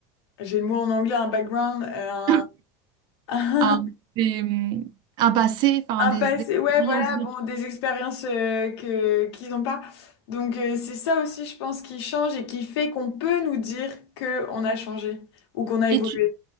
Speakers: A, on the left; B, on the right.
A: j'ai le mot en anglais, un background, euh,
B: <laughs>
A: un,
B: un, des, hum, un passé
A: <laughs>
B: enfin
A: un
B: des,
A: passé,
B: des expériences
A: ouais, voilà,
B: vécues.
A: bon, des expériences euh, que qu'ils n'ont pas. Donc euh, c'est ça aussi, je pense, qui change et qui fait qu'on peut nous dire que on a changé ou qu'on a
B: et
A: évolué.
B: tu